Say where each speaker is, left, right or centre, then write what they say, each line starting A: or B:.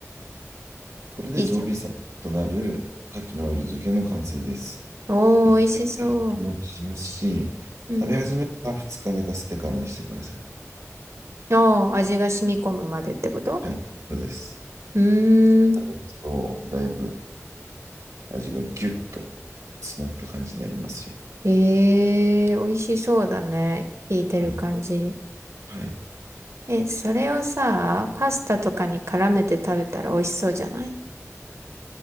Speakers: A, on the right (about 75°); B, on the right (about 60°).
A: これで常備菜となる牡蠣のオイル漬けの完成です。
B: 以上。おー、
A: 1回で日持ちしますし、
B: 美味しそう。うん。
A: 食べ始めたら2日寝かせてからにしてください。
B: おー、味が染み込むまでってこと
A: はい、そうです。
B: うーん。
A: あと、だいぶ味がギュッと詰まった感じになりますよ。
B: えー、美味しそうだね。聞いてる感じ。
A: はい。はい。
B: え、それをさ、パスタとかに絡めて食べたら美味しそうじゃない